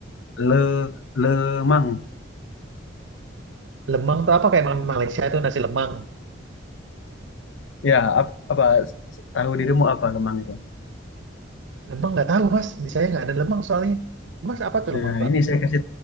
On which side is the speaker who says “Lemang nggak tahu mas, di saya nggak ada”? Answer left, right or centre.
Right